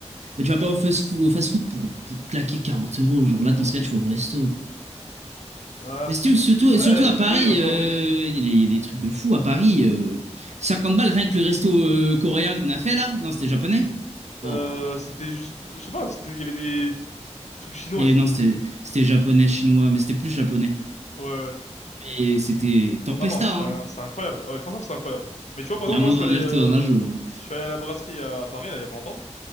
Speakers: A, on the right (about 70°); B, on the left (about 70°).
A: mais tu vas pas au fast-food, au fast-food pour, pour claquer 40 euros. Genre là, dans ce cas, tu vas au resto.
B: Ah,
A: Mais
B: ça...
A: surtout, surtout,
B: ouais,
A: surtout à Paris,
B: oui, en soi,
A: euh,
B: oui.
A: il y, a des il y a des trucs de fou à Paris. euh, 50 balles, rien que le resto euh, coréen qu'on a fait là. Non, c'était japonais. Oh.
B: Euh, c'était juste, je sais pas, c'était- il y avait des Truc chinois
A: Et
B: aussi.
A: non, c'était c'était japonais, chinois, mais c'était plus japonais.
B: Ouais, ouais.
A: Et c'était Tempesta,
B: Ah non, c'était
A: hein.
B: un- c'était incroyable. Ouais, franchement, c'était incroyable. Mais tu vois, par
A: Il
B: exemple,
A: y a un
B: moi,
A: monde
B: je suis
A: où on
B: allé,
A: y
B: euh,
A: retourne un jour.
B: je suis allé à la brasserie à Paris, là, il y a pas longtemps.